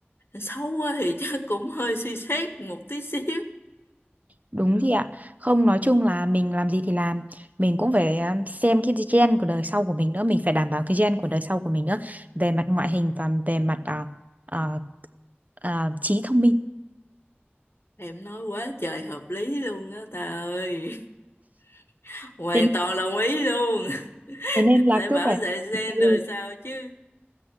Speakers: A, on the left; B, on the right.
A: xấu quá thì <laughs> chắc cũng hơi suy xét một tí xíu.
B: Đúng chị ạ. Không nói chung là mình làm gì thì làm, mình cũng phải à, xem cái gen của đời sau của mình nữa, mình phải đảm bảo cái gen của đời sau của mình nữa về mặt ngoại hình và về mặt à, à, à, trí thông minh.
A: Em nói quá trời hợp lý luôn á ta ơi. <laughs> Hoàn
B: Thế,
A: toàn đồng ý luôn. <laughs>
B: thế nên là
A: Phải
B: cứ
A: bảo
B: phải
A: vệ gen
B: ừ,
A: đời sao chứ.